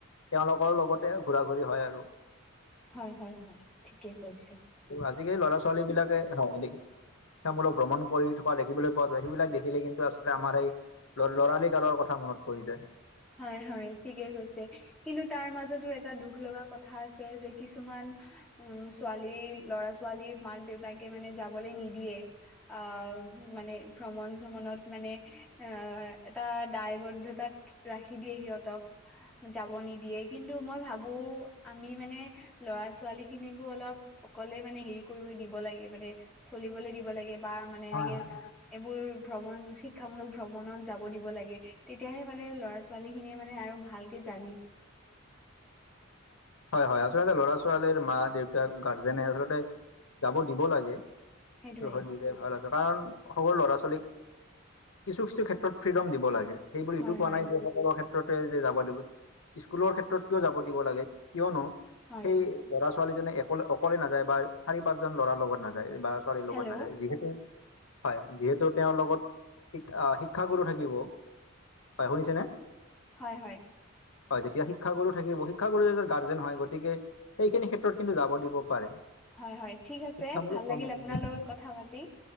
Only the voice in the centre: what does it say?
হয় হয় হয় ঠিকেই কৈছে।
হয় হয় ঠিকে কৈছে। কিন্তু তাৰ মাজতো এটা দুখ লগা কথা আছে যে কিছুমান উম ছোৱালী ল'ৰা - ছোৱালী মাক - দেউতাকে মানে যাবলৈ নিদিয়ে। আহ মানে ভ্ৰমণ - শ্ৰমনত মানে আহ এটা দায়বদ্ধতাত ৰাখি দিয়ে সিহঁতক যাব নিদিয়ে কিন্তু মই ভাবো আমি মানে লৰা- ছোৱালীখিনিকো অলপ অকলে মানে হেৰি কৰিব দিব লাগে মানে চলিবলে দিব লাগে বা মানে
এনেকে
এইবোৰ ভ্ৰমণ শিক্ষামূলক ভ্ৰমণত যাব দিব লাগে তেতিয়াহে মানে এ ল'ৰা - ছোৱালীখিনিয়ে মানে আৰু ভালকে যা
সেইটোয়ে
হয়
হয়
হয়
হেল্ল'
হয় হয়।
হয় হয় ঠিক আছে,
ভাল
লাগিল
আপোনাৰ লগত কথা পাতি।